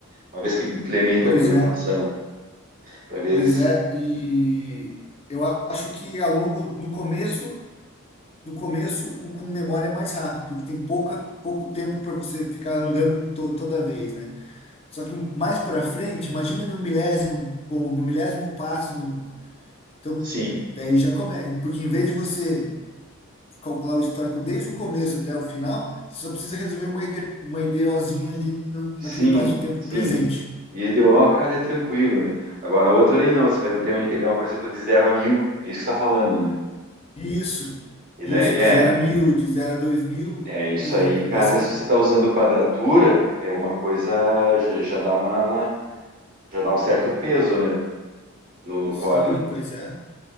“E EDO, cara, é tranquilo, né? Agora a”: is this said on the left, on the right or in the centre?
Right